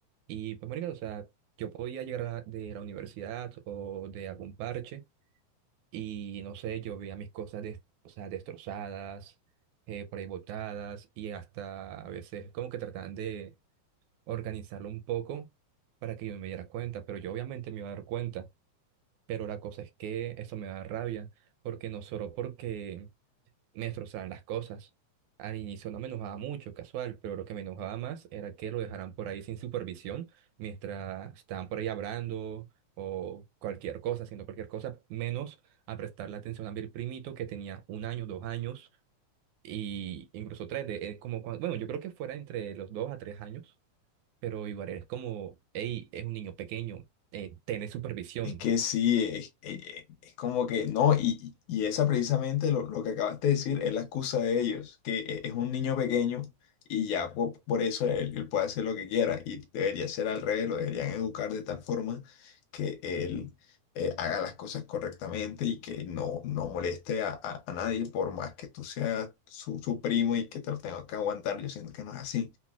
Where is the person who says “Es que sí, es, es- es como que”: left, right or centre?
Left